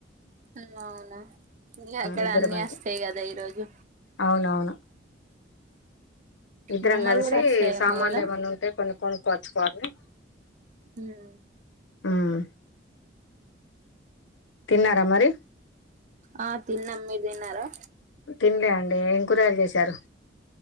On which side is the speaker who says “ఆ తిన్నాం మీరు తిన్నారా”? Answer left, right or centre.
Right